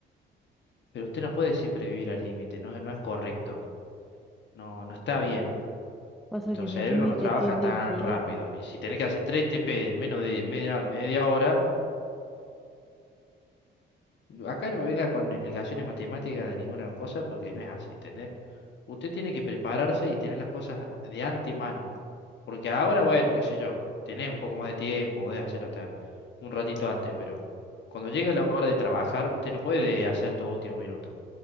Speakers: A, on the left; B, in the centre.
A: Pero usted no puede siempre vivir al límite, no, es- no es correcto. No, no está bien.
B: Pasa
A: Nuestro
B: que
A: cerebro
B: mi límite
A: no trabaja
B: tiende
A: tan
B: a infinito.
A: rápido. Y si tenés que hacer 3 TP en menos de media, media hora, acá no me venga con explicaciones matemáticas de ninguna cosa porque no es así, ¿entendés? Usted tiene que prepararse y tener las cosas de antemano. Porque ahora, bueno, qué sé yo, tenés un poco más de tiempo, podés hacerlo hasta un ratito antes, pero cuando llegue la hora de trabajar, usted no puede hacer todo último minuto.